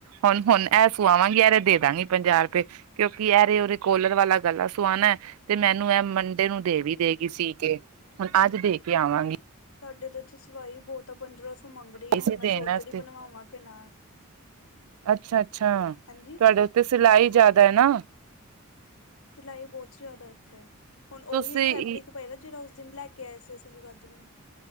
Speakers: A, on the right (about 85°); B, on the left (about 70°).
A: ਹੁਣ ਹੁਣ ਐਸੂ ਆਵਾਂਗੀ ਯਾਰ ਦੇ ਦਾਂਗੀ ਪੰਜਾਹ ਰੁਪਏ ਕਿਉਂਕਿ ਐਰੇ ਉਓਰੇ ਕੋਲਰ ਵਾਲਾ ਗੱਲਾਂ ਸੁਆਣਾ ਤੇ ਮੈਨੂੰ
B: ਹੂੰ
A: ਇਹ ਮੰ ਡੇ ਨੂੰ ਦੇਵ ਦੇਗੀਈ ਸੀ ਕੇ ਹੁਣ ਅੱਜ ਦੇ ਕੇ ਆਵਾਂਗੀ
B: ਸਾਡੇ ਤਾਂ ਇੱਥੇ ਸਵਾਂਈ ਬਹੁਤ ਆ ਪੰਦਰਾਂ ਮੰਗਣੀ ਆ
A: ਇਸੇ
B: ਹੁਣ ਮੈਂ
A: ਦੇਣ
B: ਸੋਚਣੀ
A: ਵਾਸਤੇ
B: ਬਣਵਾਵਾਂ ਕਿ ਨਾ
A: ਅੱਛਾ ਅੱਛਾ
B: ਹਾਂਜੀ
A: ਤੁਹਾਡੇ ਉੱਤੇ ਸਿਲਾਈ ਜ਼ਿਆਦਾ ਹੈ ਨਾ
B: ਸਿਲਾਈ ਬਹੁਤ ਜ਼ਿਆਦਾ ਇੱਥੇ ਹੁਣ
A: ਤੁਸੀਂ
B: ਉਹੀ ਫੈਬਰਿਕ ਪਏਦਾ ਜਿਹੜਾ ਉਸ ਦਿਨ ਲੈ ਕੇ ਆਏ ਸੀ ਅਸੀਂ ਜਗਾਦਰੀਓ